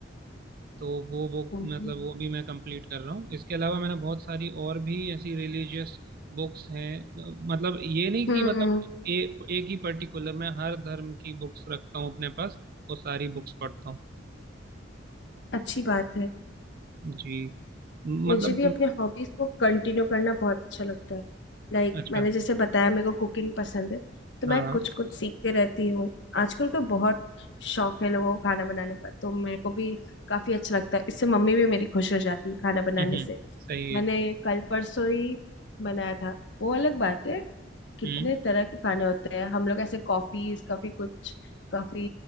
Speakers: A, on the right (about 50°); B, on the left (about 65°).
A: तो वो बुक
B: हम्म
A: मतलब वो भी मैं कंप्लीट कर रहा हूँ इसके अलावा मैंने बहुत सारी और भी ऐसी रिलीजियस बुक्स हैं अ, मतलब ये नहीं
B: हम्म,
A: कि मतलब ए, एक ही पर्टिकुलर मैं हर धर्म की बुक्स रखता हूँ अपने पास वो सारी बुक्स पढ़ता हूँ
B: अच्छी बात है
A: जी
B: मुझे
A: मतलब
B: भी अपने हॉबीज को कंटिन्यू करना बहुत अच्छा लगता है लाइक
A: अच्छा
B: मैंने जैसे बताया मेरे को कुकिंग पसंद है तो
A: हाँ
B: मैं
A: हाँ
B: कुछ कुछ सीखते रहती हूँ आजकल तो बहुत शौक है लोगों को खाना बनाने का तो मेरे को भी काफी अच्छा लगता है इससे मम्मी भी मेरी खुश हो जाती है खाना बनाने
A: हम्म,
B: से
A: सही
B: मैंने
A: है
B: कल परसों ही बनाया था वो अलग बात है कितने
A: हम्म
B: तरह के खाने होते हैं हम लोग ऐसे कॉफीज कभी कुछ कभी